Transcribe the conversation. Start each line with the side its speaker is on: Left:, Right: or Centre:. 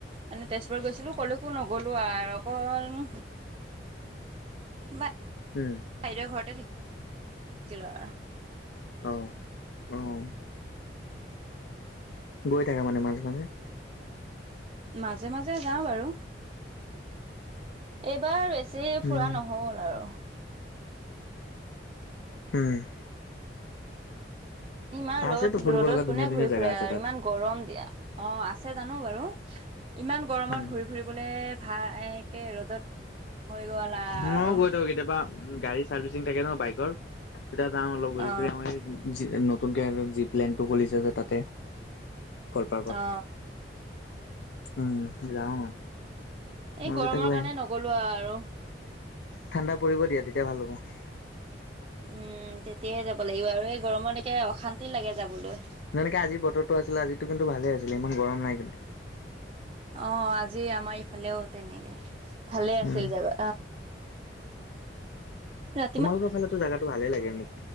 Right: মানে তেজপুৰত গৈছিলো ক'লেকো নগলো আৰু অকল বাইদৰ
Left: উম
Right: ঘৰতে থাকিল থাকিলো আৰু
Left: অ', অ', গৈ থাকা মানে মাজে মাজে?
Right: মাজে মাজে যাও বাৰু, এইবাৰ বেচি বেচি
Left: উম
Right: ফুৰা নহ'ল আৰু
Left: উম,
Right: ইমান
Left: আছেতো
Right: ৰ'দ
Left: ফুৰিব
Right: ৰ'দত
Left: লগা
Right: কোনে
Left: ধুনীয়া ধুনীয়া
Right: ঘূৰি
Left: জেগা
Right: ফুৰে
Left: আছে
Right: আৰু
Left: তাত
Right: ইমান গৰম দিয়া। অ', আছে জানো বাৰু ইমান গৰমত
Left: উম
Right: ঘূৰি ফুৰিবলে ভাল একে ৰ'দত হৈ গ'ল
Left: ময়ো
Right: আৰু
Left: গৈ থাকো কেতিয়াবা উম, গাড়ী চাৰ্ভিচিং থাকে ন' বাইকৰ তেতিয়া যাওঁ অলপ ঘূৰি
Right: অ
Left: চুৰি আহোঁ জি নতুনকে <unintelligible> জি প্লেনটো খুলিছে যে তাতে কল পাৰ্কত
Right: অ
Left: উম, যাওঁ
Right: এই
Left: মাজতে
Right: গৰমৰ
Left: গৈ
Right: কাৰণে
Left: আহিম
Right: নগলো আৰু
Left: ঠাণ্ডা পৰিব দিয়া তেতিয়া ভাল হ'ব
Right: উম, তেতিয়াহে যাব লাগিব আৰু এই গৰমতকে অশান্তি লাগে যাবলৈ।
Left: যেনেকে আজি বতৰটো আছিল আজিতো কিন্তু ভালে আছিলে ইমান গৰম নাই কিন্তু।
Right: অ', আজি আমাৰ ইফালেও তেনেকে ভালে আছিল
Left: উম
Right: জেগা অহ,
Left: তোমালোকৰ ফালেটো জেগাটো ভালেই লাগে মোক।